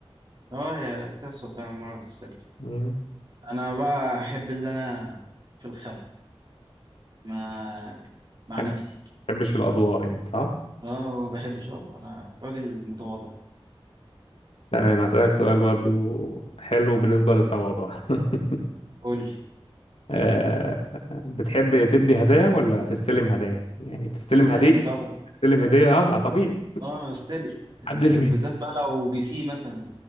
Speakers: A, on the right (about 50°); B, on the left (about 80°).
A: اه هي بتحصل فعلا مرة في السنة
B: مم.
A: انا بقى احب اللي انا في الخفا مع مع
B: مبحبش-
A: نفسي
B: مبحبش الأضواء أنت صح؟
A: اه ما بحبش اه أنا راجل متواضع
B: تمام هسألك سؤال برضو حلو بالنسبة للتواضع <laughs>
A: قول لي
B: آه، بتحب تدي هدايا ولا تستلم هدايا؟ يعني تستلم
A: استلم
B: هدية
A: طبعا
B: تستلم هدية اه ما طبيعي
A: اه استلم
B: محدش
A: استلم
B: بي
A: بالذات بقى لو بي سي مثلا